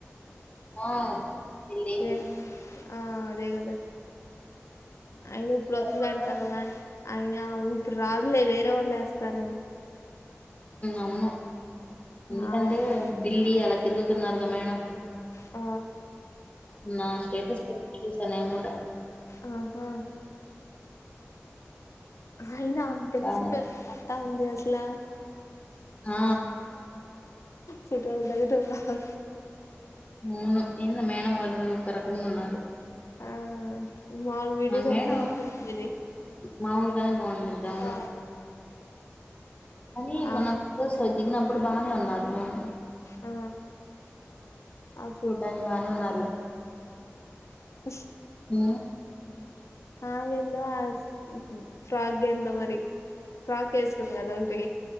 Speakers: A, on the left (about 30°); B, on the left (about 85°).
A: ఆ <unintelligible>
B: వేర ఆ అదేగదా అయిన ఇప్పుడు వత్తదంట
A: తర్వాత
B: గా అయ్యా ఉ ఇప్పుడు రాదులే వేరే వాళ్ళు వేస్తారేమో
A: అవును ఎందుకంటే
B: ఆ వత్త
A: ఢిల్లీ అలా తిరుగుతున్నారు గ మేడం
B: ఆ
A: మొన్నా స్టేటస్ పెడితే చూసా నేను కూడా
B: ఆహా అయినా తెలిసి
A: బానే
B: తెలిసి ఎట్టా ఉంది అసల
A: ఆ
B: ఫోటోలు దిగటం రాదు
A: మూను ఏందో మేడం వాళ్ళు ఒక రకంగా ఉన్నారు
B: ఆ మాములు వీడియోస్
A: ఆ మేడం
B: అప్పుడే పోసేది
A: మాములుగానే బాగుండద్దవును
B: ఆ
A: అని
B: ఆ
A: మనసలు దిగినప్పుడు బానే ఉన్నారు నేని
B: ఆ ఆ
A: చూడ్డానికి బానే ఉన్నారులే
B: <unintelligible>
A: ఉ
B: ఆమెందో ఆ ఫ్రాగ్ ఏందో మరి ఫ్రాక్ ఏసుకుంది అదొటి